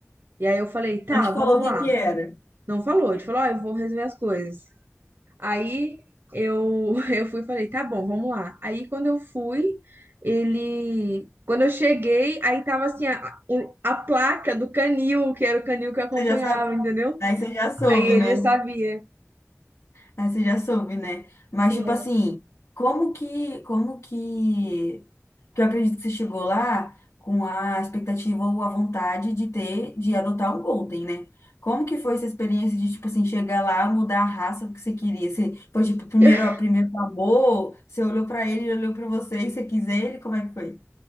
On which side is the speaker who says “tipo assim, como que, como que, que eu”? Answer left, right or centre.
Left